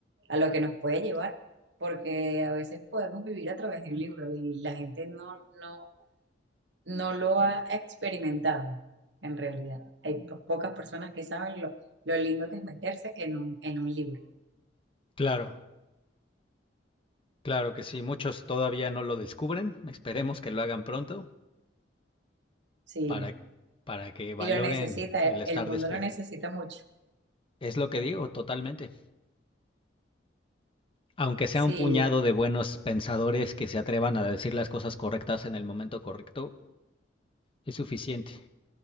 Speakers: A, on the right; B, on the left.
A: a lo que nos puede llevar, porque a veces podemos vivir a través de un libro y la gente no, no no lo ha experimentado en realidad. Hay po- pocas personas que saben lo, lo lindo que es meterse en un, en un libro.
B: Claro, claro que sí. Muchos todavía no lo descubren. Esperemos que lo hagan pronto
A: Sí,
B: para, para que valoren
A: y lo necesita,
B: el
A: el,
B: estar
A: el mundo
B: despierto.
A: lo necesita mucho.
B: Es lo que digo, totalmente. Aunque sea
A: Sí,
B: un puñado de buenos pensadores que se atrevan a decir las cosas correctas en el momento correcto, Es suficiente.